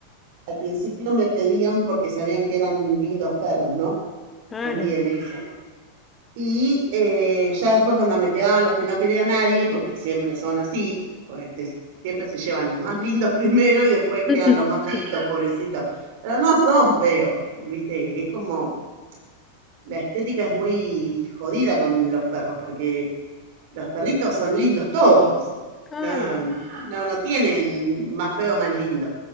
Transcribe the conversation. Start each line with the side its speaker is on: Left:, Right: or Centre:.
Right: al principio me pedían porque sabían que eran lindos perros, ¿no?
Left: Claro.
Right: También eso. Y eh, ya después cuando me quedaban los que no quería a nadie, porque siempre son así, porque te- siempre se llevan los más lindos <laughs> primero y después
Left: <laughs>
Right: quedan los más feitos, pobrecitos. Pero no son feos, ¿viste? Es como, la estética es muy jodida con los perros, porque los perritos son lindos todos.
Left: Claro.
Right: No, no, no tienen más feo, más lindo.